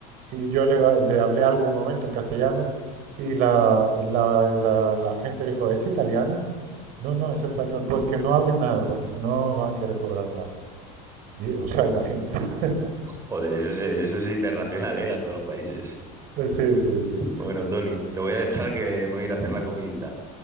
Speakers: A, on the right (about 50°); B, on the right (about 15°).
A: y yo le, va- le hablé algo un momento en castellano y la, la, la, la gente dijo, ¿es italiano? No, no, es español. Pues que no hable nada, porque si no van a querer cobrar más. Y, o sea, imagínate. <laughs>
B: Joder, eso, es- eso es internacional, ¿eh? A todos los países.
A: Sí, sí, sí.
B: Bueno, Tony, te voy a dejar que me voy a ir a hacer la comidita,